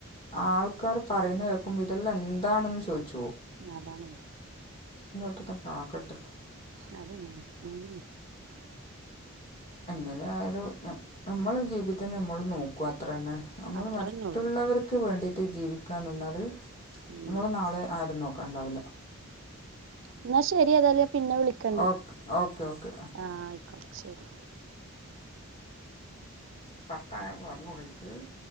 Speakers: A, on the left; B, on the right.
A: ആൾക്കാർ പറയുന്ന കേൾക്കുമ്പോ ഇതെല്ലാം എന്താണെന്ന് ചോച്ച്
B: അതാണേ
A: ന്തന്ക് ആകട്ട്
B: അതങ്ങന്യാ <unintelligible>
A: എങ്ങനെ ആയാലു ന നമ്മള് ജീവിതം നമ്മൾ നോ ക്വ അത്രന്ന നമ്മൾ
B: അത്രന്നെ
A: മറ്റുള്ളവർക്ക്
B: ഉള്ളു
A: വേണ്ടി ജീവിക്കാൻ നിന്നാൽ
B: ഉം
A: നമ്മളെ നാളെ ആരുന്നോ ണ്ടാവില്ല
B: എന്നാ ശെരിയേതാലും പിന്നെ വിളിക്കണ്ട്
A: ഓക്കെ ഓക്കെ ഓക്കെ
B: ആ ശരി
A: പത്താഴം <unintelligible>